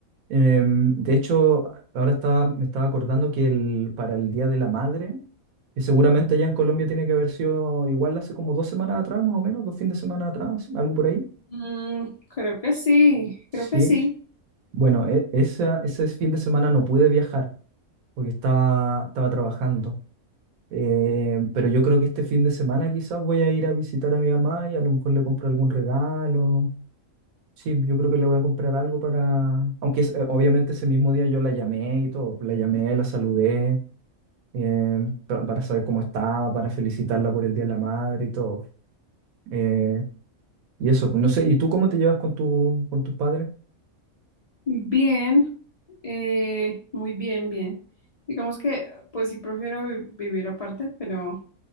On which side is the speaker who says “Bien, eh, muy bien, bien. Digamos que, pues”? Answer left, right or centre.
Left